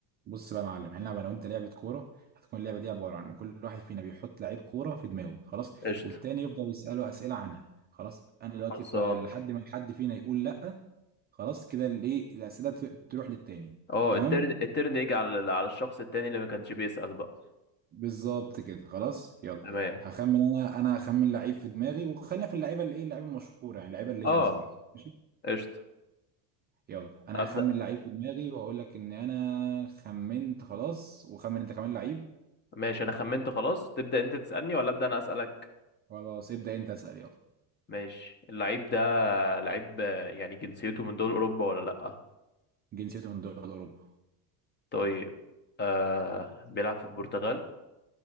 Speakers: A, on the right (about 25°); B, on the left (about 25°).
A: بص بقى يا معلم هنلعب انا وانت لعبه كوره هتكون اللعبه دي عباره عن كل واحد فينا بيحط لعيب كوره في دماغه خلاص
B: قشطة
A: والتاني يفضل يساله اسئله عنها خلاص انا دلوقتي
B: خلصان
A: ف- لحد ما حد فينا يقول لا خلاص كده الايه الاسئله ت- تروح للتاني
B: اه
A: تمام
B: الترن الترن يجي على على الشخص التاني اللي ما كانش بيسأل بقى
A: بالظبط كده خلاص يلا
B: تمام
A: هخمن انا انا هخمن لعيب في دماغي وخلينا في اللعيبه الايه اللعيبه المشهوره يعني اللعيبه الليجندز
B: اه
A: برضه ماشي
B: قشطة
A: يلا انا
B: أبدأ
A: هخمن لعيب في دماغي واقول لك ان انا خمنت خلاص وخمن انت كمان لعيب
B: ماشي أنا خمنت خلاص تبدأ أنت تسألني ولا أبدأ أنا أسألك
A: خلاص ابدأ انت اسأل يلا
B: ماشي اللعيب ده لعيب آه، يعني جنسيته من دول أوروبا ولا لأ
A: جنسيته من دول أوروبا
B: طيب آه بيلعب في البرتغال